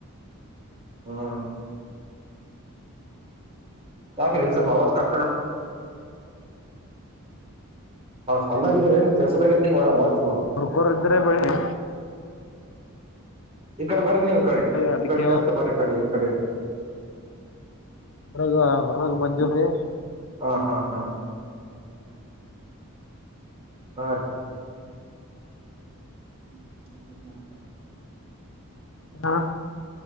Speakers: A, on the right; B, on the left.
A: ಹ್ಮ್ ಯಾಕ ಸ್ವಲ್ಪವಾಸ <unintelligible> ಚೆನ್ನಗಿದರೇನು ಜಾಸ್ತಿ <inaudible>
B: ಉರ್ಕೋಳೋ ಇದ್ರೆ ಬೆಳಿರೀ
A: ಈ ಕಡೆ ಬರ್ರ ನೀವು ಈ ಕಡೆ
B: ಅದಕ್ಕೆ
A: ಈಡೆ ಕಸ್ತ ಬರೀ ಈ ಕಡೆ ಈ ಕಡೆ
B: ಹೊರಗ ಹೊರಾಗ ಬಂದಿವಿ
A: ಹಾ ಹಾ ಹಾ ಆ <unintelligible>
B: ಹ ಹ